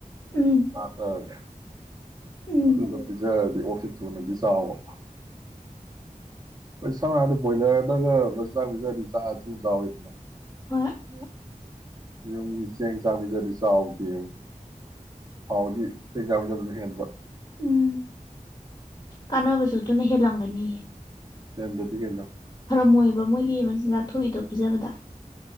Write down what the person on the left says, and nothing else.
ꯎꯝ
ꯎꯝ
ꯍꯣꯏ
ꯎꯝ ꯀꯥꯟꯅꯕꯁꯨ ꯑꯗꯨꯅ ꯍꯦꯜꯂꯝꯒꯅꯤ <unintelligible>
ꯄꯝꯃꯣꯏꯑꯕ ꯃꯣꯏꯒꯤ ꯃꯆꯤꯟꯖꯥꯛ ꯊꯣꯛꯏꯗꯣ ꯄꯤꯖꯕꯗ